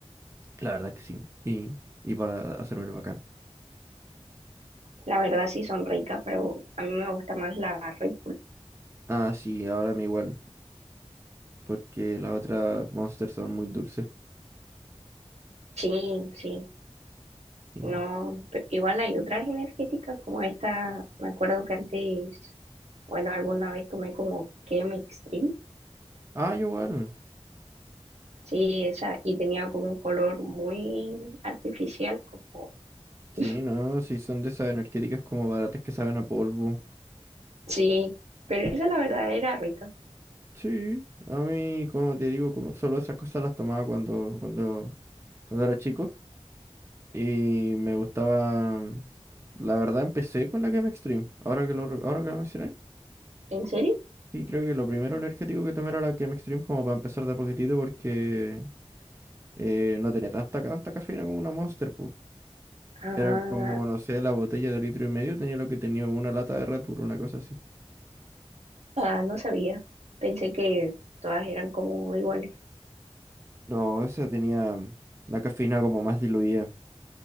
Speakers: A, on the right; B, on the right.
A: La verdad que sí, y, y para hacerme el bacán.
B: La verdad sí son ricas, pero a mí me gusta más la Red Bull.
A: Ah, sí, ahora me igual, porque las otras Monster son muy dulces.
B: Sí, sí.
A: Y...
B: No, pe- igual hay otras energéticas como esta, me acuerdo que antes Bueno, alguna vez tomé como Chem Extreme.
A: Ah, yo igual.
B: Sí, esa, y tenía como un color muy artificial, como,
A: Sí,
B: <laughs>
A: no, sí, son de esas energéticas como baratas que saben a polvo.
B: sí, pero esa la verdad era rica.
A: Sí, a mí, como te digo, como solo esas cosas las tomaba cuando, cuando, cuando era chico. Y me gustaba. La verdad, empecé con la Game Extreme. Ahora que lo, re- ahora que lo mencioné.
B: ¿En serio?
A: Sí, creo que lo primero energético que tomé era la Game Extreme, como para empezar de a poquitito, porque eh, no tenía tanta, tanta cafeína como una Monster, pues.
B: Ah,
A: Era como, no sé, la botella de litro y medio tenía lo que tenía una lata de Red Bull, una cosa así.
B: ah, no sabía. Pensé que todas eran como iguales.
A: No, esa tenía mm, la cafeína como más diluida.